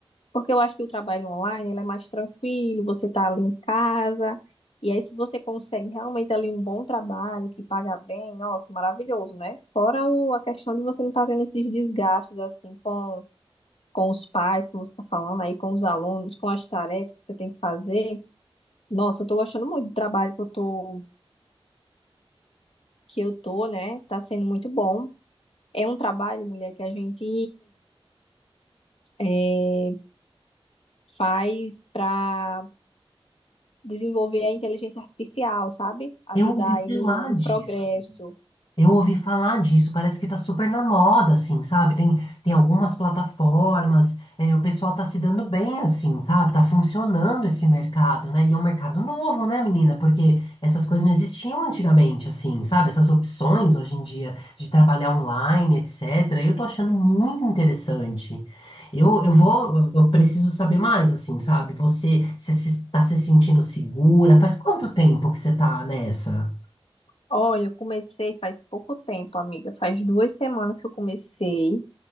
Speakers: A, on the left (about 80°); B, on the left (about 60°).
A: Porque eu acho que o trabalho online, ele é mais tranquilo, você tá ali em casa, e aí se você consegue realmente ali um bom trabalho, que paga bem, nossa, maravilhoso, né? Fora o, a questão de você não tá tendo esses desgastes, assim, com, com os pais, que você tá falando aí, com os alunos, com as tarefas que você tem que fazer. Nossa, eu tô gostando muito do trabalho que eu tô, que eu tô, né? Tá sendo muito bom. É um trabalho, mulher, que a gente é, faz para desenvolver a inteligência artificial, sabe? Ajudar
B: Eu ouvi
A: aí
B: falar
A: no, no
B: disso.
A: progresso.
B: Eu ouvi falar disso, parece que tá super na moda, assim, sabe? Tem, tem algumas plataformas, é, o pessoal tá se dando bem, assim, sabe? Tá funcionando esse mercado, né? E é um mercado novo, né, menina? Porque essas coisas não existiam antigamente, assim, sabe? Essas opções hoje em dia de trabalhar online, etc. Eu tô achando muito interessante. Eu, eu vou, eu eu preciso saber mais, assim, sabe? Você, você se- tá se sentindo segura? Faz quanto tempo que você tá nessa?
A: Olha, eu comecei faz pouco tempo, amiga. Faz duas semanas que eu comecei